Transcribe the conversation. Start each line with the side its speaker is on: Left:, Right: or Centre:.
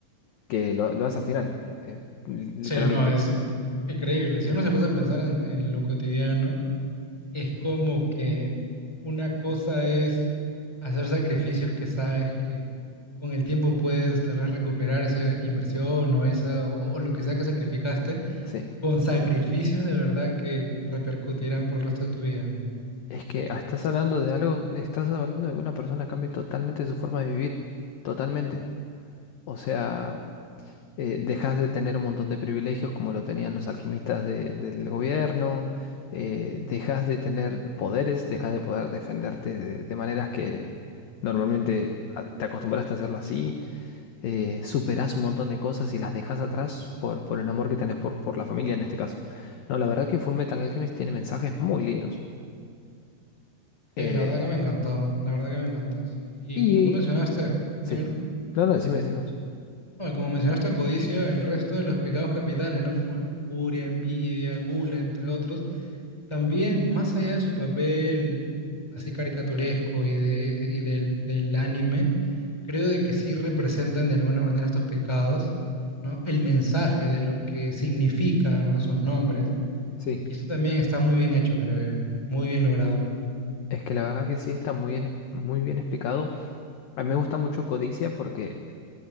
Left: que lo, lo hace al final, eh, li- literalmente.
Centre: sí, no, es increíble. Si uno se puede pensar en, en lo cotidiano, es como que una cosa es hacer sacrificios que sabes que con el tiempo puedes tal vez recuperar esa inversión o esa o lo que sea que sacrificaste
Left: Sí.
Centre: con sacrificios de verdad que repercutirán por el resto de tu vida, ¿no?
Left: Es que ah, estás hablando de algo, estás hablando de que una persona cambie totalmente su forma de vivir. Totalmente. O sea, eh, dejas de tener un montón de privilegios como lo tenían los alquimistas de- del gobierno. eh, dejas de tener poderes, dejas de poder defenderte de de maneras que normalmente ah, te acostumbraste a hacerlo así. eh, superás un montón de cosas y las dejás atrás por, por el amor que tenés por, por la familia en este caso. No, la verdad que Fullmetal Alchemist tiene mensajes muy lindos. Eh,
Centre: Sí, la verdad que me encantó, la verdad que me encantó, sí. Y
Left: y
Centre: como tú mencionaste,
Left: sí.
Centre: dímelo,
Left: No, no, decime, decimos.
Centre: no, y como mencionaste codicia, el resto de los pecados capitales, ¿no? Como lujuria, envidia, gula, entre otros, también más allá de su papel así caricaturesco y, de- y de- y del, del anime, creo de que sí representan de alguna manera estos pecados, ¿no? El mensaje de lo que significan, ¿no? Sus nombres
Left: Sí.
Centre: Y eso también está muy bien hecho, creo yo. Muy bien logrado.
Left: Es que la verdad que sí está muy bien, es- muy bien explicado. A mí me gusta mucho Codicia porque